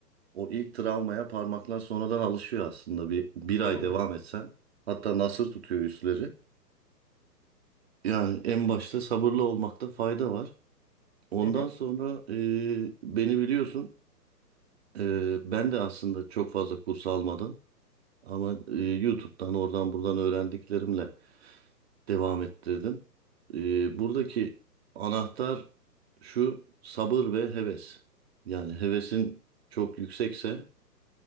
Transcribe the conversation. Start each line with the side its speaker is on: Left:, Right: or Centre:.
Right: o ilk travmaya parmaklar sonradan alışıyor aslında. Bir, bir ay
Left: Hmm.
Right: devam etsen. Hatta nasır tutuyor üstleri. Yani en başta sabırlı olmakta fayda var. Ondan
Left: Hı hı.
Right: sonra e, beni biliyorsun. e, ben de aslında çok fazla kurs almadım. Ama e, YouTube'dan oradan buradan öğrendiklerimle devam ettirdim. E, buradaki anahtar şu sabır ve heves. Yani hevesin çok yüksekse